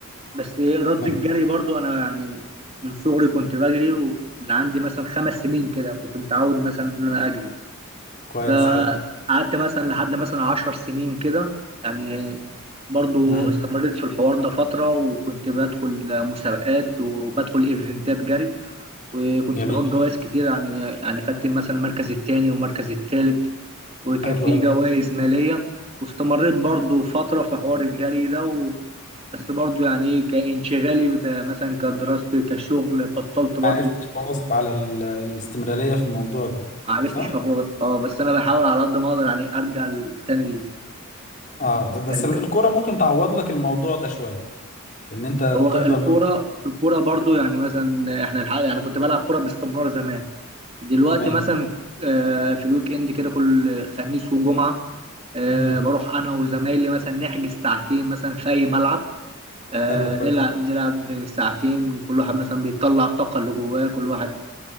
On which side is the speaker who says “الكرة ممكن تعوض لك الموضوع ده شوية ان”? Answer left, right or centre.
Left